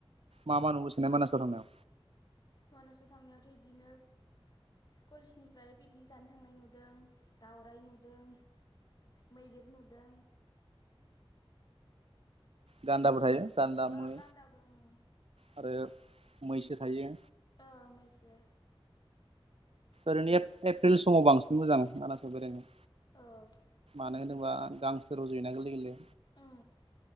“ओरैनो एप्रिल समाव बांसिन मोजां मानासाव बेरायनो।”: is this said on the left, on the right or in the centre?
Right